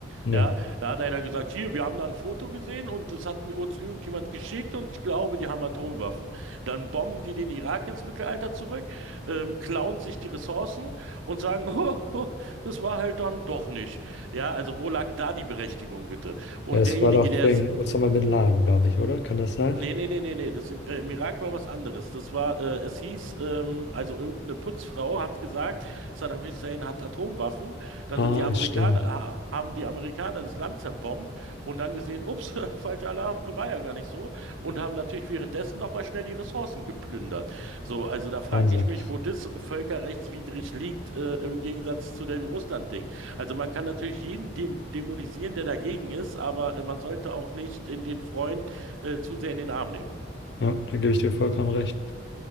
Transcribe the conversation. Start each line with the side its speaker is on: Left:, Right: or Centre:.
Left: Ne.
Right: Ja, da hat einer gesagt, hier, wir haben da ein Foto gesehen und das hat mir uns irgendjemand geschickt und ich glaube, die haben Atomwaffen. Dann bomben die den Irak ins Mittelalter zurück, ähm, klauen sich die Ressourcen und sagen, <laughs> oh, oh, das war halt dann doch nicht. Ja, also wo lag da die Berechtigung bitte? Und
Left: Ja, Es
Right: derjenige,
Left: war doch
Right: der
Left: wegen
Right: es
Left: Osama bin Laden, glaube ich, oder? Kann das sein?
Right: Nee, nee, nee, nee, nee. Das im, äh, im Irak war was anderes. Das war, äh, es hieß, ähm, also irgendeine Putzfrau hat gesagt, Saddam Hussein hat Atomwaffen. Dann
Left: Ah,
Right: sind die Amerikaner,
Left: stimmt.
Right: ha, haben die Amerikaner das Land zerbombt und dann gesehen, ups, <laughs> falscher Alarm, war ja gar nicht so. Und haben natürlich währenddessen nochmal schnell die Ressourcen geplündert. So, also da frage
Left: Wahnsinn.
Right: ich mich, wo das völkerrechtswidrig liegt, äh, im Gegensatz zu dem Russland-Ding. Also man kann natürlich jeden dem dämonisieren, der dagegen ist, aber äh, man sollte auch nicht in den Freund äh, zu sehr in den Arm nehmen.
Left: Ja, da gebe ich dir vollkommen recht.